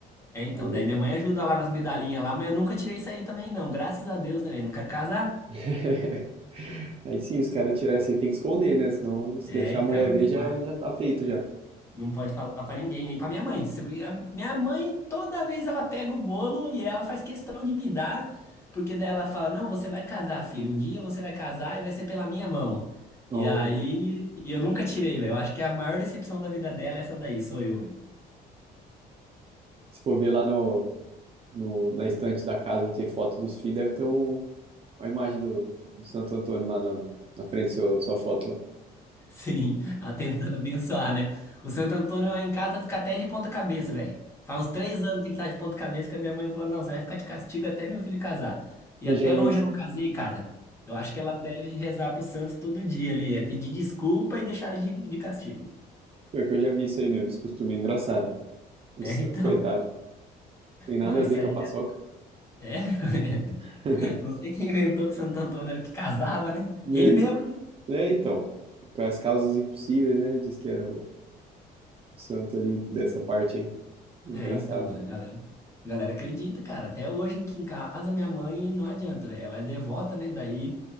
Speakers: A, on the left (about 15°); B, on the right (about 35°).
A: É, então,
B: Aí.
A: daí minha mãe ajuda lá nas medalhinhas lá, mas eu nunca tirei isso aí também, não. Graças a Deus, né, velho? Não quero casar.
B: <laughs> Aí sim, os caras tirar isso aí tem que esconder, né? Senão, se
A: É,
B: deixar
A: então,
B: a mulher
A: não
B: ver, já,
A: po-
B: já tá feito já.
A: não pode falar pra ninguém, nem pra minha mãe. Se eu- a Minha mãe, toda vez ela pega o bolo e ela faz questão de me dar, porque daí ela fala, não, você vai casar, filho. Um dia você vai casar e vai ser pela minha mão.
B: Ó,
A: E aí, e eu nunca tirei, velho. Eu acho que a maior decepção da vida dela é essa daí, sou eu, velho.
B: se for ver lá no, no- na estante da casa onde tem foto dos filhos, deve ter um, uma imagem do, do Santo Antônio lá na, na frente do seu, da sua foto lá.
A: Sim, a tentando abençoar, né? O Santo Antônio lá em casa fica até de ponta cabeça, velho. Faz uns três anos que ele tá de ponta cabeça que a minha mãe falou, não, você vai ficar de castigo até meu filho casar. E
B: Eu
A: até
B: já vi
A: hoje
B: isso.
A: eu não casei, cara. Eu acho que ela deve rezar pro santo todo dia ali, é pedir desculpa e deixar ele de, de castigo.
B: Pior que eu já vi isso aí mesmo. Esse costume é engraçado. O
A: É,
B: santo,
A: então.
B: coitado. Tem nada
A: Não, isso
B: a ver
A: aí
B: com a paçoca,
A: é. <laughs>
B: <laughs>
A: Não sei quem inventou que o Santo Antônio era o que casava, né?
B: né?
A: Ele mesmo, né?
B: É, então. Com as causas impossíveis, né? Diz que era o, o santo ali dessa parte aí. Engraçado,
A: É, então, a
B: cara.
A: galera. a Galera acredita, cara. Até hoje aqui em casa, minha mãe não adianta, velho. Ela é devota, né? Daí.